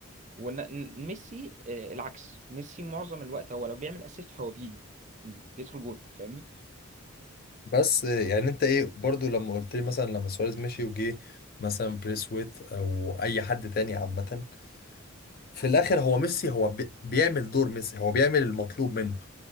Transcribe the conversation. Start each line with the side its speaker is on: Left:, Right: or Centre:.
Right: وميسي العكس ميسي معظم الوقت هو لو بيعمل اسيست فهو بيجي بيدخل جول فاهمني
Left: بس يعني انت ايه برضو لما قلت لي مثلا لما سواريز مشي وجي مثلا بريسويت او اي حد تاني عامة في الاخر هو ميسي هو بي- بيعمل دور ميسي هو بيعمل المطلوب منه